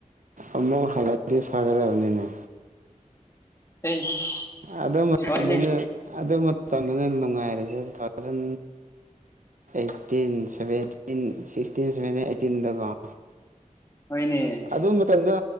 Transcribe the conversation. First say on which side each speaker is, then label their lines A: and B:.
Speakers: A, on the right; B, on the left.
A: ꯑꯃꯣꯛ ꯍꯥꯜꯂꯛꯀꯦ ꯐꯒꯔꯕꯅꯤꯅꯦ꯫
B: ꯑꯩꯁ
A: ꯑꯗꯨ ꯃꯇꯝꯗꯨꯅ
B: ꯍꯣꯏꯅꯦ
A: ꯑꯗꯨ ꯃꯇꯝꯗꯨꯅ ꯅꯨꯡꯉꯥꯏꯔꯤꯁꯦ two <unintelligible> eighteen seventeen sixteen seventeen ꯑꯩꯠꯇꯤꯟꯗꯀꯣ꯫
B: ꯍꯣꯏꯅꯦ꯫
A: ꯑꯗꯨ ꯃꯇꯝꯗ